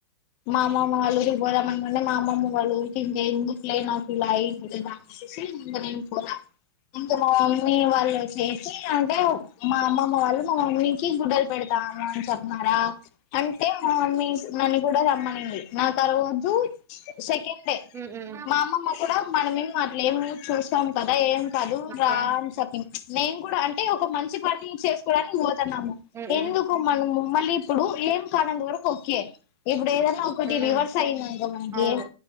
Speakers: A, on the left (about 40°); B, on the right (about 20°).
A: మా అమ్మమ్మ వాళ్ళూరికి బోదాం అనుండె మా అమ్మమ్మ వాళ్ళూరికి <unintelligible> శశి ఇంక నేను పోతా ఇంక మా మమ్మీ <inaudible> అంటే మా అమ్మమ్మ వాళ్ళు మా మమ్మీకి గుడ్డలు పెడతాము అని చెప్నారా అంటే మా మమ్మీసు నన్ని గూడా రమ్మ అన్నది నా తర్వూతు సెకండ్ డే
B: ఉమ్ ఉమ్
A: మా అమ్మమ్మ కూడా మనమేం అట్లేం లేదు చూస్ తాం కదా ఏం కాదు
B: ఓకే
A: రా అని చెప్పింద్ నేను కూడా అంటే ఒక మంచి పని చేసుకోవడానికి పోతా టాము
B: ఉమ్
A: ఎందుకు
B: ఉమ్
A: మనము మళ్ళీ ఇప్పుడు ఏం కానంత వరకు ఓకే ఇప్పుడు ఏదన్నా ఆ ఒక్కటి
B: ఉమ్ ఉమ్
A: రివర్స్ అయ్యిందనుకో మనకి
B: అవును